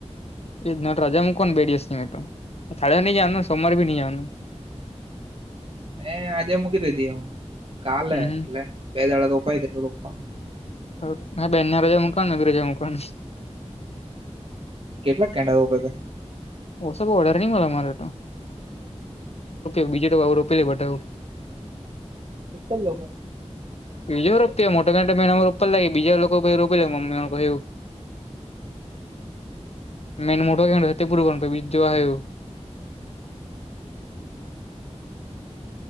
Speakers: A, on the left; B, on the right.
A: એ નોટ રજા મુકો ને બે દિવસ ની તો એસતીમ <inaudible> મટું સાા નની જ આનું સોમવાાર ભ ન જનું
B: મેં આજે મૂકી દીધી હુ કાલે
A: હમ
B: એટલે. બે દાડા રોપાય એટું રોપવાનું
A: હા બ બેનનારા જ મ <inaudible> કનું નગરે જ મકની
B: કેટલા કેંડા બઘાં.
A: ઓ સબ ઓર્ડર નહી મળે મારે તો <inaudible> બીજ રોપી લે બધા
B: એક જ લોકો.
A: બીજો રોપિયા મોટાં મેને રોપ લાગી બીજા લોકો રોપી મમ્મીને કહ્યું. મેન મોટો એ તે પૂર બી જો આયો. હમ <unintelligible>